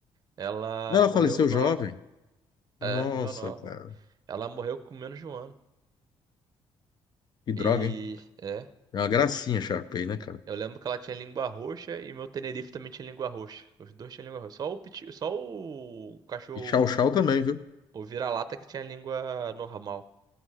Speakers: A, on the right (about 35°); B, on the left (about 40°).
A: Ela
B: Ela
A: morreu
B: faleceu
A: nova.
B: jovem. Nossa,
A: É, morreu nova.
B: cara.
A: Ela morreu com menos de um ano.
B: Que droga,
A: E.
B: hein?
A: É.
B: É uma gracinha, Shapei, né, cara?
A: Eu lembro que ela tinha língua roxa e meu Tenerife também tinha língua roxa. Os dois tinham língua roxa. Só o, piti- só o cachorro
B: E Chow Chow também, viu?
A: O vira-lata que tinha língua normal.